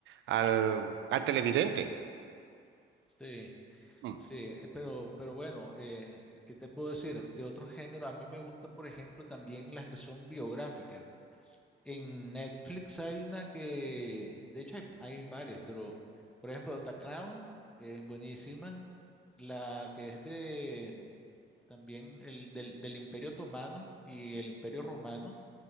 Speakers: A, on the right (about 70°); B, in the centre.
A: al- al televidente.
B: Sí,
A: Mm.
B: sí, eh, pero, pero bueno, eh, ¿qué te puedo decir? De otro género, a mí me gusta, por ejemplo, también las que son biográficas. En Netflix hay una que, de hecho hay, hay varias, pero por ejemplo The Crown es buenísima, la que es de también el del, del Imperio Otomano y el Imperio Romano,